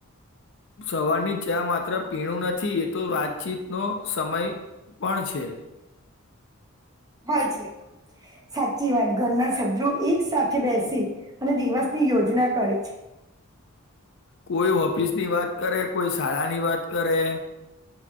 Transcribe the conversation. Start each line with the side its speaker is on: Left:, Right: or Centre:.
Left: સવારની ચા માત્ર પીણું નથી એ તો વાતચીતનો સમય પણ છે.
Right: હોય છે. સાચી વાત ઘરના <unintelligible> એક સાથે બેસે અને દિવસની યોજના કરે છે.
Left: કોઈ ઓફિસ ની વાત કરે કોઈ શાળા ની વાત કરે.